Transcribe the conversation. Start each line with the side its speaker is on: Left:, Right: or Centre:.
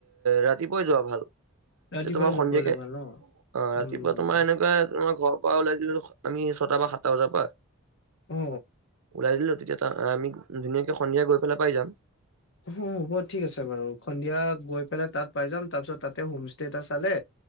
Right: ৰাতিপুৱাই যোৱা ভাল।
Left: ৰাতিপুৱা
Right: এতিয়া তোমাৰ
Left: য-
Right: সন্ধিয়াকে,
Left: গলে ভাল ন
Right: অ', ৰাতিপুৱা
Left: উম
Right: তোমাৰ এনেকুৱা তোমাৰ ঘৰ পৰা ওলাই দিলো আমি ছটা বা সাতটা বজাৰ পা
Left: অ
Right: ওলাই দিলো তেতিয়া আমি ধুনীয়াকে সন্ধিয়া গৈ পেলাই পাই যাম।
Left: অ', হ'ব ঠিক আছে বাৰু, সন্ধিয়া গৈ পেলাই তাত পাই যাম তাৰপিছত তাতে হ'ম ষ্টে এটা চালে